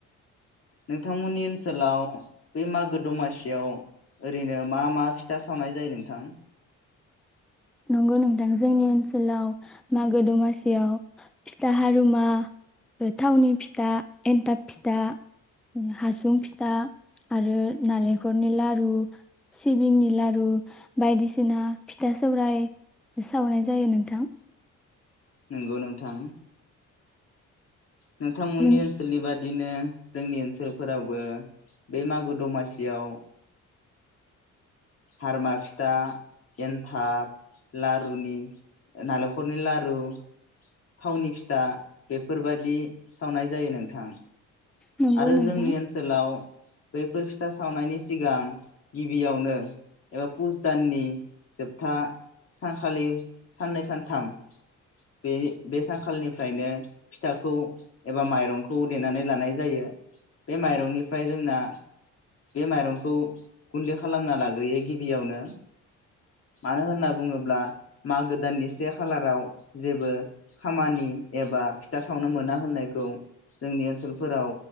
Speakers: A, on the left; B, in the centre.
A: नोंथांमोननि ओनसोलाव बै मागो दमासियाव ओरैनो मा मा फिथा सावनाय जायो नोंथां?
B: नंगौ नोंथां जोंनि ओनसोलाव मागो दमासियाव फिथा हारुमा थावनि फिथा एन्थाब फिथा हासुं फिथा आरो नालेंखरनि लारु सिबिंनि लारु बायदिसिना फिथा सौराय सावनाय जायो नोंथां।
A: नंगौ नोंथां। नोंथां मोननि
B: नों
A: ओनसोलनि बादि बिदिनो जोंनि ओनसोलफोरावबो बे मागो दमासियाव हारमा फिथा एन्थाब लारुनि नालेंखरनि लारु थावनि फिथा बेफोरबायदि सावनाय जायो नोंथां।
B: नंगौ
A: आरो
B: नोंथां
A: जोंनि ओनसोलाव बैफोर फिथा सावनायनि सिगां गिबियावनो एबा पुज दाननि जोबथा सानखालि साननै सानथाम बे बे सानखालिनिफ्रायनो फिथाखौ एबा माइरंखौ देनानै लानाय ज जायो बे माइरंनिफ्राय जोंना बे माइरंखौ गुन्दै खालामना लाग्रोयो गिबियावनो मानो होनना बुङोब्ला मागो दाननि से खालाराव जेबो खामानि एबा फिथा सावनो मोना होननायखौ जोंनि ओनसोल फोराव